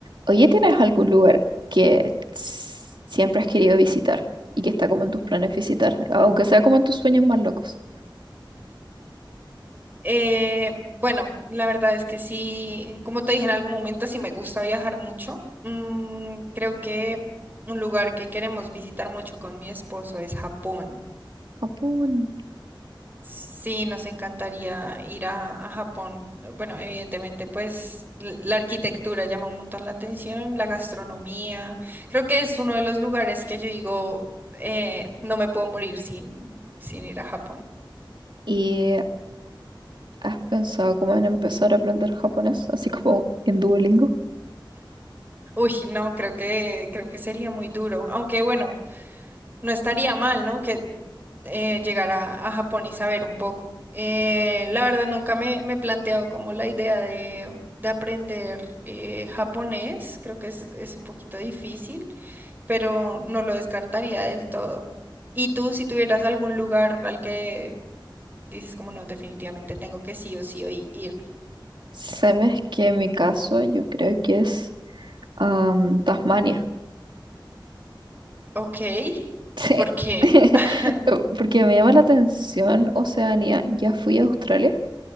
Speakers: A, on the right (about 65°); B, on the right (about 20°).
A: Oye, ¿tienes algún lugar que s- siempre has querido visitar y que está como en tus planes visitar, aunque sea como en tus sueños más locos?
B: Eh, bueno, la verdad es que sí, como te dije en algún momento, sí me gusta viajar mucho. Mm, creo que un lugar que queremos visitar mucho con mi esposo es Japón.
A: Japón.
B: Sí, nos encantaría ir a, a Japón. Eh, Bueno, evidentemente, pues l- la arquitectura llama un montón la atención, la gastronomía. Creo que es uno de los lugares que yo digo, eh, no me puedo morir sin, sin ir a Japón.
A: ¿Y has pensado como en empezar a aprender japonés, así como en Duolingo?
B: Uy, no, creo que, creo que sería muy duro. Aunque bueno, no estaría mal, ¿no? Que eh, llegar a, a Japón y saber un poco. Eh, la verdad, nunca me, me he planteado como la idea de, de aprender eh, japonés. Creo que es, es un poquito difícil, pero no lo descartaría del todo. ¿Y tú, si tuvieras algún lugar al que dices como no, definitivamente tengo que sí o sí o ir?
A: Sabes que en mi caso yo creo que es am, Tasmania. <laughs>
B: Ok,
A: Sí.
B: ¿o ¿por qué?
A: <laughs>
B: <laughs>
A: Porque me llama la atención Oceanía. Ya fui a Australia